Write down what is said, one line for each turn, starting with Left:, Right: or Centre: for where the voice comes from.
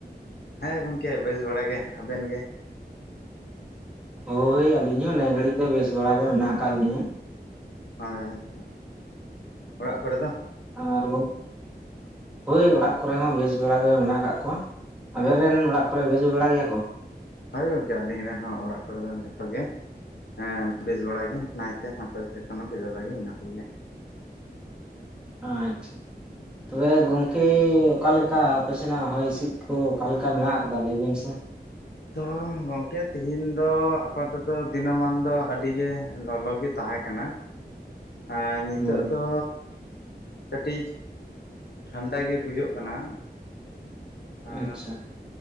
Left: ᱦᱮᱸ ᱜᱚᱢᱠᱮ ᱵᱮᱥ ᱵᱟᱲᱟᱜ ᱜᱮ ᱟᱵᱮᱱ ᱜᱮ
Centre: ᱦᱳᱭ ᱟᱹᱞᱤᱧ ᱦᱚᱸ ᱱᱤᱭᱟ ᱜᱷᱟᱹᱲᱤᱡ ᱫᱚ ᱵᱮᱥ ᱵᱟᱲᱟ ᱜᱮ ᱢᱮᱱᱟᱜ ᱟᱠᱟᱫ ᱞᱤᱧᱟ
Left: ᱦᱳᱭ ᱦᱳᱭ, ᱚᱲᱟᱜ ᱠᱚᱨᱮ ᱫᱚ
Centre: ᱟᱨ ᱦᱳᱭ ᱚᱲᱟᱜ ᱠᱚᱨᱮ ᱦᱚᱸ ᱵᱮᱥ ᱵᱟᱲᱟ ᱜᱮ ᱢᱮᱱᱟᱜ ᱠᱟᱜ ᱠᱚᱣᱟ ᱟᱵᱮᱱ ᱨᱮᱱ ᱚᱲᱟᱜ ᱠᱚᱨᱮ ᱵᱮᱥ ᱵᱟᱲᱟ ᱜᱮᱭᱟ ᱜᱚ
Left: ᱦᱳᱭ ᱜᱚᱝᱠᱮ ᱟᱹᱞᱤᱧ ᱨᱮᱱ ᱦᱚᱸ ᱚᱲᱟᱜ ᱠᱚᱨᱮ ᱫᱚ ᱡᱚᱛᱚ ᱜᱮ ᱦᱮᱸ ᱵᱮᱥ ᱵᱟᱲ ᱜᱮ ᱱᱟᱭᱛᱮ ᱱᱟᱯᱟᱭᱛᱮ ᱮᱠᱷᱚᱱ ᱦᱚᱸ ᱵᱮᱥ ᱵᱟᱲᱟ ᱜᱮ ᱢᱮᱱᱟᱜ ᱞᱮᱭᱟ
Centre: ᱟᱪᱪᱷᱟ ᱛᱚᱵᱮ ᱜᱚᱝᱠᱮ ᱚᱠᱟᱞᱮᱠᱟ ᱟᱯᱮ ᱥᱮᱱᱟᱜ ᱦᱚᱭ ᱦᱤᱸᱥᱤᱫ ᱠᱚ ᱚᱠᱟᱞᱮᱠᱟ ᱢᱮᱱᱟᱜ ᱟᱠᱟᱫᱟ ᱞᱟᱹᱭ ᱵᱮᱱ ᱥᱮ
Left: ᱛᱚ ᱜᱚᱝᱠᱮ ᱛᱤᱦᱤᱧ ᱫᱚ ᱟᱯᱟᱛᱚᱛᱚ ᱫᱤᱱᱟᱹᱢᱟᱱ ᱫᱚ ᱟᱹᱰᱤ ᱜᱮ ᱞᱚᱞᱚᱜ ᱜᱮ ᱛᱟᱦᱮᱸ ᱠᱟᱱᱟ
Centre: <inaudible>
Left: ᱟᱨ ᱱᱤᱛᱚᱜ
Centre: ᱦᱳᱭ
Left: ᱫᱚ ᱠᱟᱹᱴᱤᱡ ᱴᱷᱟᱱᱰᱟ ᱜᱮ ᱵᱩᱡᱟᱹᱜ ᱠᱟᱱᱟ ᱟᱨ
Centre: ᱟᱪᱪᱷᱟ